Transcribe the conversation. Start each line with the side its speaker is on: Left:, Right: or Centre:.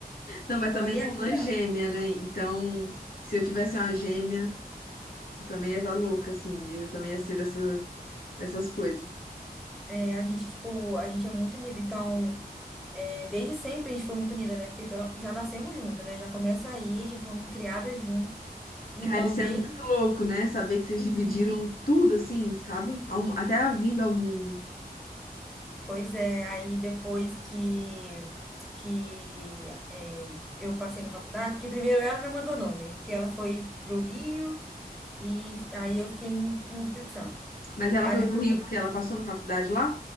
Left: Não, mas
Centre: Não
Left: também
Centre: é guerra
Left: é irmã
Centre: mundial.
Left: gêmea, né? Então, se eu tivesse uma gêmea, eu também ia estar louca, assim. Eu também ia ser dessa, dessas coisas.
Centre: É, a gente, tipo, a gente é muito unida. Então, é, desde sempre a gente foi muito unida, né? Porque pela- já nascemos juntas, né? Já começa aí, já fomos criadas juntas. Então,
Left: Cara, isso
Centre: desde.
Left: é muito louco, né? Saber que vocês dividiram
Centre: Uhum.
Left: tudo, assim, sabe? Ao- Até a vinda ao mundo.
Centre: Pois é, aí depois que, que é, eu passei na faculdade, porque primeiro ela me abandonou, né? Porque ela foi pro Rio e aí eu fiquei no, no Espírito Santo.
Left: Mas ela
Centre: Aí
Left: foi
Centre: depois
Left: pro Rio porque ela passou na faculdade lá?